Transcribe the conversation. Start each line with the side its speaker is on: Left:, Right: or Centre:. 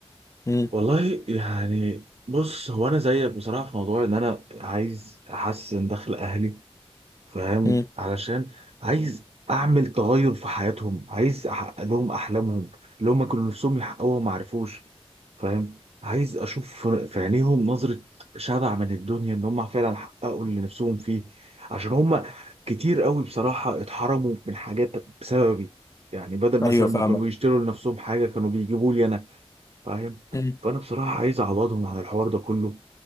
Left: امم
Right: والله يعني بص هو انا زيك بصراحه في موضوع ان انا عايز احسن دخل اهلي فاهم
Left: امم
Right: علشان عايز اعمل تغير في حياتهم عايز احقق لهم احلامهم اللي هم كانوا نفسهم يحققوها ما عرفوش فاهم عايز اشوف في في عينيهم نظرة شبع من الدنيا ان هم فعلا حققوا اللي نفسهم فيه عشان هم كتير قوي بصراحة اتحرموا من حاجات بسببي يعني بدل مثلا
Left: ايوه فاهمك
Right: ما كانوا يشتروا لنفسهم حاجة كانوا بيجيبوا لي انا فاهم
Left: امم
Right: فانا بصراحة عايز اعوضهم عن الحوار ده كله